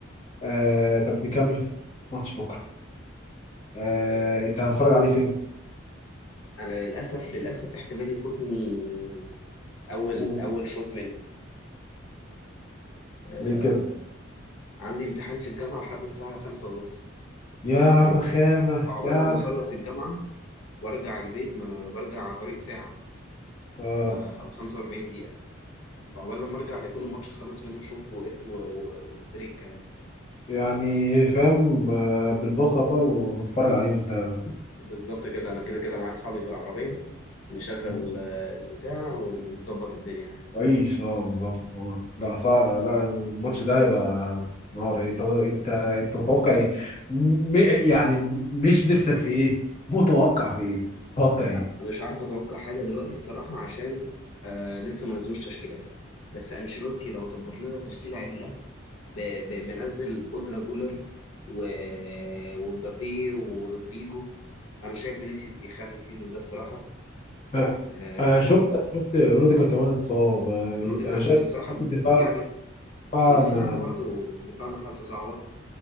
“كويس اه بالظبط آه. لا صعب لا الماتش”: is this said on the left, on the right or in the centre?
Left